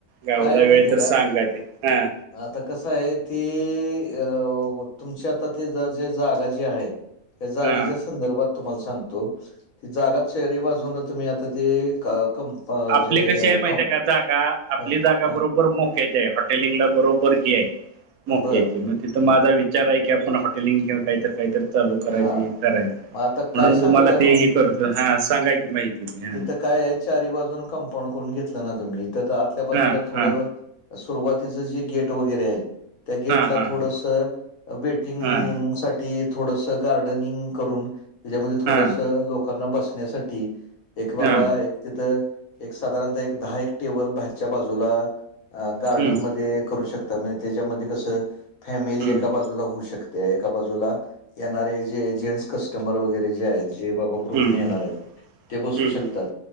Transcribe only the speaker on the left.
काय आहे माहितीये
का
आता कसं आहे ती अ तुमची आता ते जे जागा जी आहे त्या जागेच्या
संदर्भात तुम्हाला सांगत जागात शहरी बाजून तुम्ही आता ते क
जे
कम
हा,
हा,
बर
हा
मग आता
काय
सांगू का
तिथं काय आहे चारी बाजून कंपाऊंड करून घेतलं ना तुम्ही तर आतल्या बाजूला
थोडं
सुरुवातीचं जे गेट वगैरे आहे. त्या गेटला
थोडस
वेटिंग
साठी थोडस गारडनिंग करून त्यामध्ये थोडस
लोकांना बसण्यासाठी एक बाबा
एक तिथं एक साधारणतः एक दहा एक टेबल बाहेरच्या बाजूला गार्डनमध्ये
करू शकता म्हणजे त्याच्यामध्ये कसं फॅमिली
एका बाजूला होऊ शकत. त्या एका बाजूला येणारे जे जेंट्स कस्टमर वगैरे जे आहेत जे बाबा ग्रुपणे
येणार आहे ते बसू
शकतात